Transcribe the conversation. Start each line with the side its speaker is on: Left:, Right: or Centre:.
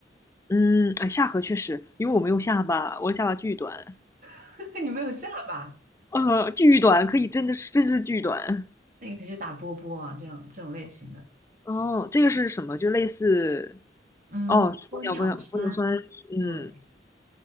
Left: 嗯，哎，下颌确实，因为我没有下巴，我的下巴巨短，
Right: <laughs> 你没有下巴，
Left: 呃，巨短，可以真的是真是巨短，
Right: 那你可以去打波波啊，这样这种类型的。
Left: 哦，这个是什么？就类似
Right: 嗯，
Left: 哦，
Right: 玻尿酸，
Left: 玻尿玻尿玻尿酸，嗯
Right: 对。